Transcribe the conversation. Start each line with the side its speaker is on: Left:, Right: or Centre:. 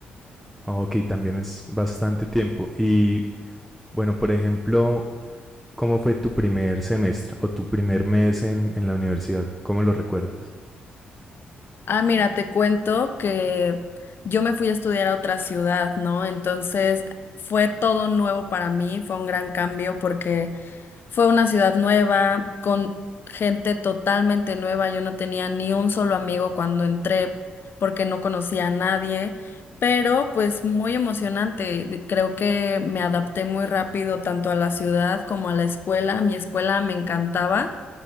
Centre: Ok, también es bastante tiempo. Y bueno, por ejemplo, ¿cómo fue tu primer semestre o tu primer mes en, en la universidad? ¿Cómo lo recuerdas?
Left: Ah, mira, te cuento que yo me fui a estudiar a otra ciudad, ¿no? Entonces fue todo nuevo para mí, fue un gran cambio porque fue una ciudad nueva, con gente totalmente nueva. Yo no tenía ni un solo amigo cuando entré porque no conocía a nadie, pero pues muy emocionante. De- Creo que me adapté muy rápido tanto a la ciudad como a la escuela. Mi escuela me encantaba